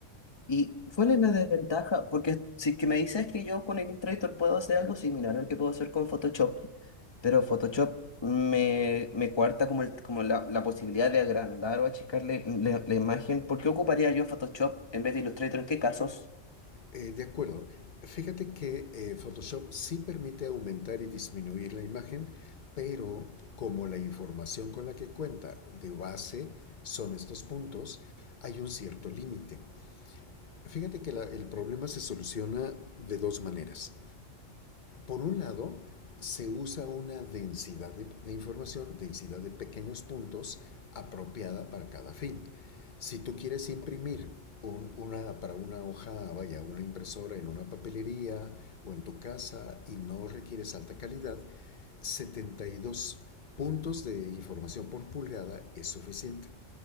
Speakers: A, on the left; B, on the left.
A: ¿Y cuál es la desventaja? Porque si es que me dices que yo con Illustrator puedo hacer algo similar al que puedo hacer con Photoshop, pero Photoshop me, me cuarta como, el- como la, la posibilidad de agrandar o achicarle la, la imagen. ¿Por qué ocuparía yo Photoshop en vez de Illustrator? ¿En qué casos?
B: Eh, de acuerdo. Fíjate que eh, Photoshop sí permite aumentar y disminuir la imagen, pero como la información con la que cuenta de base son estos puntos, hay un cierto límite. Fíjate que la- el problema se soluciona de dos maneras. Por un lado, se usa una densidad de, de información, densidad de pequeños puntos apropiada para cada fin. Si tú quieres imprimir un, una, para una hoja, vaya, una impresora en una papelería o en tu casa y no requieres alta calidad, 72 puntos de información por pulgada es suficiente.